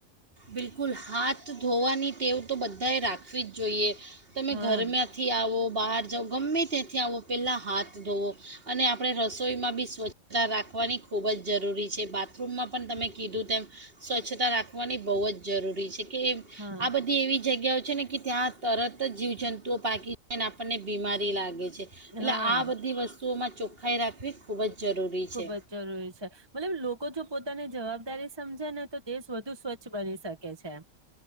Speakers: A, on the right; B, on the right.
A: બિલકુલ હાથ ધોવાની ટેવ તો બધાએ રાખે રાખવી જ જોઈએ. તમે
B: હા
A: ઘરમાંથી આવો બહાર જઓ ગમે ત્યાંથી આવો પહેલાં હાથ ધોવો અને આપણે રસોઈમાં બી સ્વચ્છતા રાખવાની ખૂબ જ જરૂરી છે બાત રૂમમાં પણ તમે કીધું તેમ સ્વચ્છતા રાખવાની બહુ જ જરૂરી છે. કે
B: હા
A: આ બધી એવી જગ્યાઓ છે ને કે ત્યાં તરત જીવ જંતુઓ પાકી જને આપણને બીમારી લાગે છે. એટલે
B: હા
A: આ બધી વસ્તુઓમાં ચોખાાઈ રાખવી ખૂબ જ જરૂરી
B: ખુબ
A: છે
B: જ જરૂરી છે મતલબ લોકો જો પોતાને જવા વધારે સમજે ને, તો દેશ વધુ સ્વચ્છ બની શકે છે.